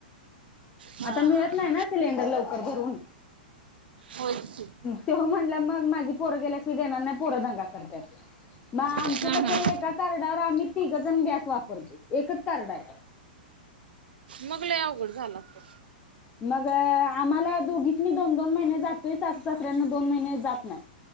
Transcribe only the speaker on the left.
आता मिळत नाही ना सिलेंडर लवकर भरून.
त्यो म्हटला मग माझी पोरं गेल्याशिवाय देणार नाही पोरं दंगा करत्यालं. मग आमचं
कसं
एका कार्डावर आम्ही तिघंजण गॅस वापरतो एकच कार्ड हाय.
मग आम्हाला दोघीसनी दोन दोन महिने जातोय सासू सासऱ्यांना दोन महिने जात नाही.